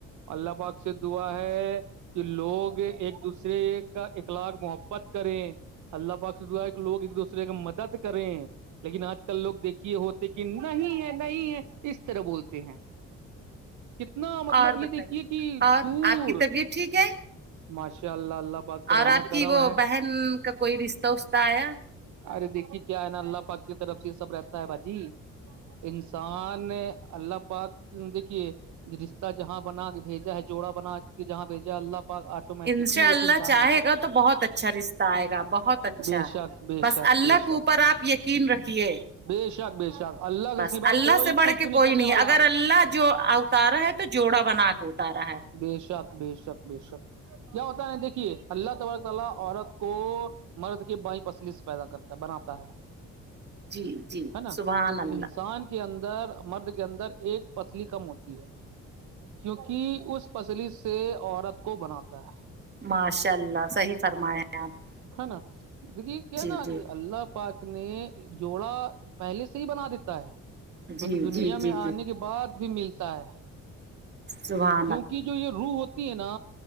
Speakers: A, on the right; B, on the right.
A: اللہ پاک سے دعا ہے کہ لوگ ایک دوسرے کا اخلاق محبت کریں اللہ پاک سا کہ لوگ ایک دوسرے کی مدد کریں لیکن آج کل لوگ دیکھیے ہوتے کہ نہیں ہے نہیں ہے اس طرح بولتے ہیں کتنا مطلب
B: اور
A: یہ
B: بتائیے
A: دیکھیے کہ
B: اور
A: دور
B: آپ کی طبیعت ٹھیک ہے
A: ماشاء اللہ اللہ پاک کا
B: اور
A: رحم
B: آپ
A: و
B: کی
A: کرم
B: وہ
A: ہے
B: بہن کا کوئی رشتہ وشہ آیا
A: ارے دیکھیے کیا ہے نا اللہ پاک کی طرف سے یہ سب رہتا ہے بھاجی انسان اللہ پاک دیکھیے رشتہ جہاں بنا کے بھیجا ہے جوڑا بنا کے جہاں بھیجا ہے اللہ پاک آٹومیٹک
B: انشاء
A: ہی
B: اللہ
A: اس انسان
B: چاہے
A: کو بھیجا
B: گا
A: ہے۔
B: تو بہت اچھا رشتہ آئے گا بہت اچھا
A: بے شک بے
B: بس
A: شک
B: اللہ
A: بے
B: کے
A: شک
B: اوپر آپ یقین رکھیے
A: بے شک بے شک اللہ
B: بس
A: کے سوا
B: اللہ
A: کوئی
B: سے بڑھ
A: کچھ
B: کے کوئی
A: کرنے
B: نہیں
A: والا
B: اگر اللہ جو اتارا ہے تو جوڑا بنا کے اتارا ہے
A: بے شک بے شک بے شک کیا ہوتا ہےا دیکھیے اللہ تبارک تعالی عورت کو مرد کے بائیں پسلس پیدا کرتا بناتا ہے
B: جی جی
A: ہے نا
B: سبحان
A: جو
B: اللہ
A: انسان کے کے اندر مرد کے اندر ایک پسلی کم ہوتی ہے کیونکہ اس پسلی سے عورت کو بناتا ہے
B: ماشاء اللہ صحیح فرمایا آپ
A: ہے نا دیکھے کیا
B: جی
A: ہیں نا
B: جی
A: کہ اللہ پاک نے جوڑا پہلے سے ہی بنا دیتا ہے
B: جی
A: تو دنیا
B: جی
A: میں
B: جی جی
A: آنے کے بعد بہت بھی ملتا ہے
B: صح <inaudible>
A: کیونکہ جو یہ روح ہوتی ہے نا